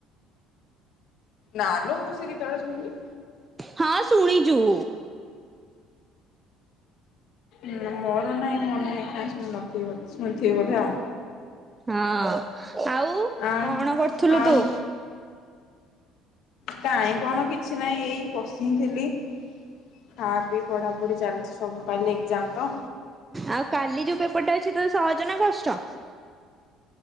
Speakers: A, on the left; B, on the right.
A: ନା ଲୋ ମୁଁ ସେ ଗୀତ ଡା ଶୁଣିନି।
B: ହଁ ଶୁଣିଚୁ।
A: ହୁଁ ମୋର ନାଇଁ ମନ୍ ନାହିଁ କା ନଥିବି ବ ଶୁଣିଥିବି ବୋଧେ ଆଉ।
B: ହଁ ଆଉ
A: ଆଁ
B: କଣ କରୁଥୁଲୁ
A: ଆଉ
B: ତୁ।
A: କାଇଁ କଣ କିଛି ନାଇଁ ଏଇ ବସିି ଥିଲି। ଖା ପି ପଢା ପଢି ଚାଲିଚି ସବୁ କାଲି ଏକ୍ଜାମ ତ।
B: ଆଉ କାଲି ଯୋଉ ପେପର ଟା ଅଛି ତ ସହଜ ନା କଷ୍ଟ।